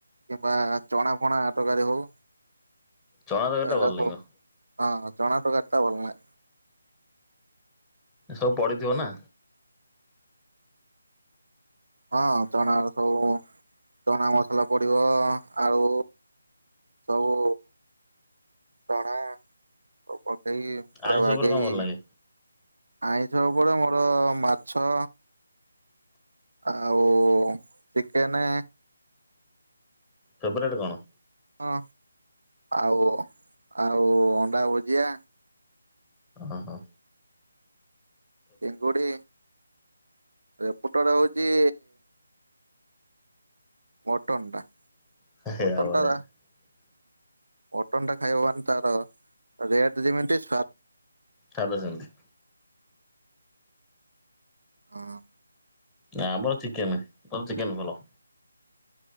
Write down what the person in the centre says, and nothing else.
ଚଣା ତରକାରୀ
ଟା ଭଲ
ଲାଗିବ।
ସବୁ ପଡିିଥିବ ନା।
ଆଇଁଷ
ଉପରେ କଣ ଭଲ ଲାଗେ
ଫେଭରାଇଟ କଣ?
ହ ହ।
<unintelligible>
ଖାଇବେ ସେମିତି।
ନା ଆମର ଚିକେନ ତର ଚିକେନ ଭଲ।